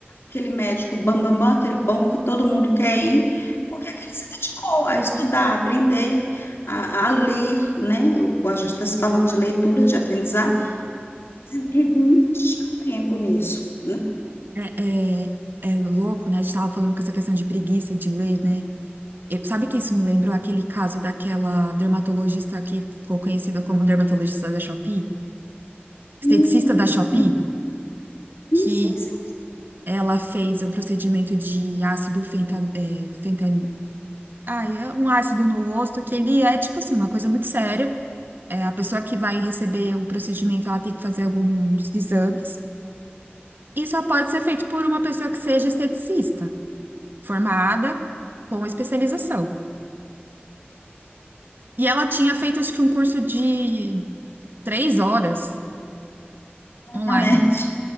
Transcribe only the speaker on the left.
aquele médico bam, bam, bam, aquele bom que todo mundo quer ir, porque aquele se dedicou a estudar, a aprender, a, a ler, né? O- A gente está se falando de leitura, de aprendizado, e, e investir tempo nisso. Né?
Hum,
hum, sim,
sim, sim,
na
internet.